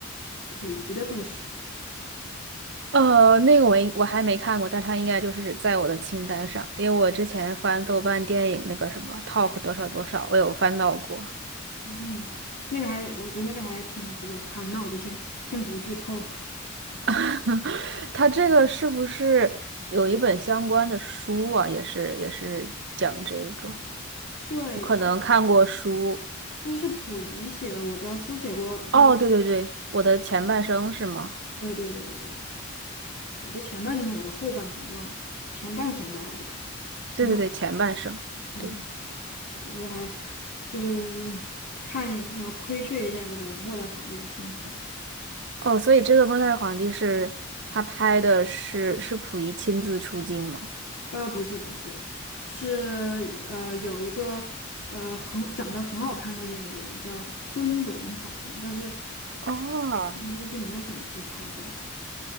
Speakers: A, on the left; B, on the right.
A: 溥仪的故事。
B: 呃，那个我应我还没看过，但它应该就是在我的清单上，因为我之前翻豆瓣电影那个什么 top 多少多少，我有翻到过。
A: 嗯，那个还，我觉得那个还挺值得看。那我就先先不剧透了。
B: <laughs> 他这个是不是有一本相关的书啊？也是也是讲这个，
A: 对，
B: 我可能看过书。
A: 嗯书是溥仪写的，我知道书写过，就是
B: 哦，对对对，我的前半生是吗？
A: 对对对对对，我的前半生嘛，我的后半生忘了，前半生吧，好像前半，
B: 对对对，前半生。
A: 嗯，
B: 对，
A: 对，就还就是 <laughs> 看一嗯窥觑一下这个末代皇帝的生活。
B: 哦，所以这个末代皇帝是他拍的是是溥仪亲自出镜吗？
A: 呃，不是不是，是呃有一个呃很长得很好看的演员叫尊龙，好像，但是
B: 哦
A: 这个就没有怎么再拍过了。